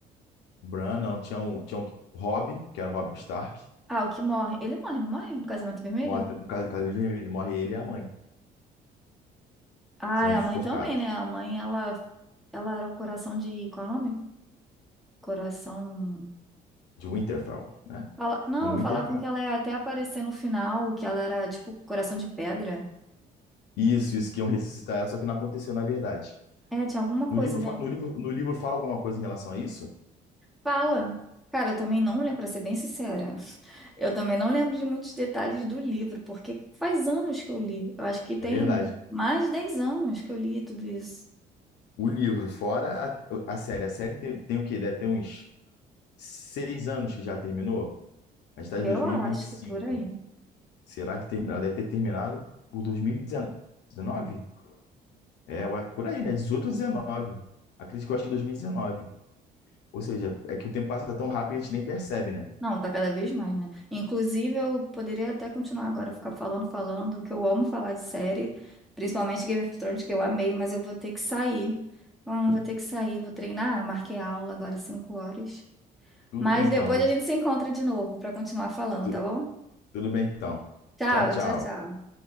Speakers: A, on the left; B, in the centre.
A: Bran, não, tinha um, tinha um Robb, que era o Robb Stark.
B: Ah, o que morre. Ele morre, não morre? No Casamento Vermelho?
A: Morre, no caso, caso vermelho, morre ele e a mãe,
B: Ah,
A: que são
B: e
A: enforcados,
B: a mãe também, né? A mãe, ela, ela era o coração de. Qual é o nome? Coração.
A: de Winterfell, né?
B: Fala... Não,
A: No Winterfell.
B: falavam que ela ia até aparecer no final, que ela era tipo coração de pedra.
A: Isso, isso, que iam ressuscitar ela, só que não aconteceu na verdade.
B: É, tinha alguma coisa,
A: No livro,
B: né?
A: fa- no livro, no livro fala alguma coisa em relação a isso?
B: Fala. Cara, eu também não lembro, pra ser bem sincera. <laughs> Eu também não lembro de muitos detalhes do livro, porque faz anos que eu li. Eu acho que tem
A: É verdade.
B: mais de 10 anos que eu li tudo isso.
A: O livro, fora a, a série. A série tem, tem o quê? Deve ter uns seis anos que já terminou. A gente está em
B: Eu
A: dois mil
B: acho
A: e e vinte e cinco.
B: que por aí.
A: Será que tem- ela deve ter terminado por 2019? É, ué, por aí, né? 18 ou 19. Acredito que eu acho que 2019. Ou seja, é que o tempo passa tão rápido que a gente nem percebe, né?
B: Não, tá cada vez mais, né? Inclusive, eu poderia até continuar agora, ficar falando, falando, que eu amo falar de série, principalmente Game of Thrones, que eu amei, mas eu vou ter que sair. Hum, vou ter que sair, vou treinar, marquei aula agora 5 horas.
A: Tudo
B: Mas
A: bem então.
B: depois a gente se encontra de novo para continuar falando,
A: Tu-
B: tá bom?
A: Tudo bem então.
B: Tchau,
A: Tchau, tchau.
B: tchau, tchau.